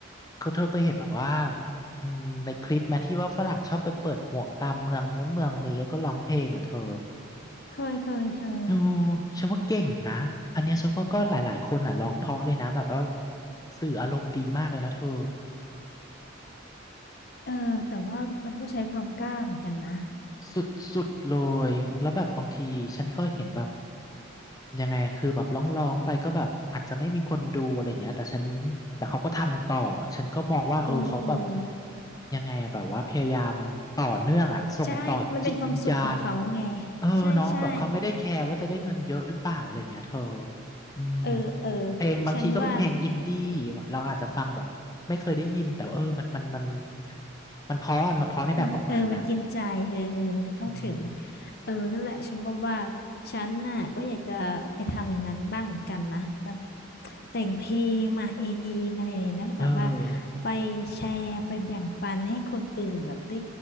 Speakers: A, on the left; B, on the left.
A: เขาเธอก็เห็นแบบว่าอืมในคลิปแมที่ว่าฝรั่งชอบไปเปิดหมวกตามเมืองนู้นเมืองนี้แล้วก็ร้องเพลงอ่ะเธอ
B: เคยเคยเธอ
A: โอ้ฉันว่าเก่งนะ อันเนี้ยฉันว่าก็หลายๆ คนอ่ะร้องเพราะเลยนะแบบว่าสื่ออารมณ์ดีมากเลยนะเธอ
B: เออแต่ว่ามันก็ใช้ความกล้าเหมือนกันนะ
A: สุดๆเลย แล้วแบบบางทีฉันก็เห็นแบบยังไงคือแบบร้องๆไปก็แบบอาจจะไม่มีคนดูอะไรอย่างเงี้ยแต่ฉันแต่เขาก็ทำต่อ ฉันก็มองว่าเออเขาแบบ
B: อืมอืม
A: ยังไงอะแบบว่าพยายามต่อเนื่องอะส่งต่อจิตวิญญาณ
B: ใช่มันเป็นความสุขของเขาไง
A: เออเน้องแบบเขาไม่ได้แคร์ว่าจะได้เงินเยอะหรือเปล่าอะไรอย่างเงี้ยเธอ
B: ใช่ใช่
A: อืม
B: เออเออ
A: เพลงบางทีก็เป็นเพลงอินดี้
B: ฉันว่า
A: เราอาจจะฟังแบบไม่เคยได้ยินแต่ว่าเออมันมันมันมันเพราะอะมันเพราะในแบบของมันน่ะ
B: มันเออมันกินใจเออเออมันเข้าถึง
A: อืม
B: เออนั่นแหละฉันก็ว่าฉันน่ะก็อยากจะไปทำอย่างนั้นบ้างเหมือนกันนะแบบแต่งเพลงมาเองอะไรอย่างเงี้ยแล้วก็แบบว่า
A: เออ
B: ไปแชร์ไปแบ่งปันให้คนอื่นแบบได้